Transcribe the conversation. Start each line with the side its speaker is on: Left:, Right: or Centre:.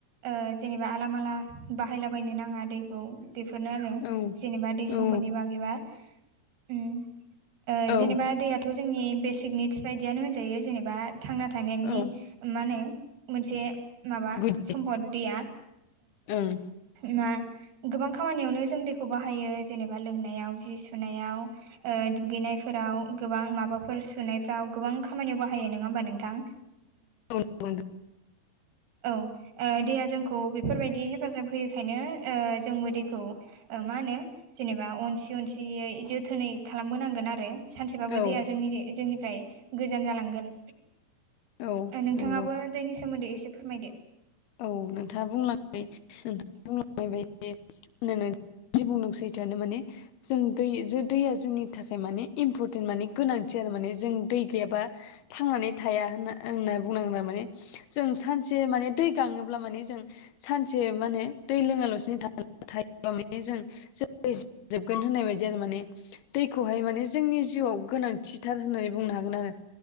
Right: ओ जेनेबा आलालामाला बाहायलाबायनो नाङा दैखौ बेफोरनो आरो
Left: औ
Right: जेनेबा दै सम्फदनि
Left: औ
Right: बागैबा उम ओ
Left: औ
Right: जेनेबा दैयाथ' जोंनि बेसिक निडस बायदियानो होनजायो जेनेबा थांना थानायनि
Left: औ
Right: मा होनो मोनसे माबा
Left: गुड दे
Right: सम्पद दैया
Left: ओं
Right: मा गोबां खामानियावनो जों दैखौ बाहायो जेनेबा लोंनायाव जि सुनायाव दुगैनायफोराव गोबां माबाफोर सुनायफ्राव गोबां खामानियाव बाहायो नङा होमबा नोंथां
Left: औ नंगौ
Right: औ दैया जोंखौ बेफोरबायदि हेफाजाब होयोखायनो जोंबो दैखौ मा होनो जेनेबा अनसि अनसियै जोथोनै खालामबोनांगोन आरो सानसेबाबो
Left: नोंथां औ
Right: दैया जोंनि जोंनिफ्राय गोजान जालांगोन
Left: औ
Right: नोंथाङाबो
Left: नंगौ
Right: दैनि सोमोन्दै एसे फोरमायदो
Left: औ नोंथाङा बुंलां नोंथां बुंलांनाय बायदि बुंदों सैथोआनो माने जों दै दैया जोंनि थाखाय माने इम्परटेन्ट माने गोनांथि आरो माने जों दै गैयाबा थांनानै थाया होनना होनना बुंनांगौ माने जों सानसे माने दै गाङोब्ला माने जों सानसे माने दै लोङालासिनो थायोब्ला माने जों जै जोबगोन होननाय बायदि आरो माने दैखौहाय माने जोंनि जिउआव गोनांथिथार होननानै बुंनो हागोन आरो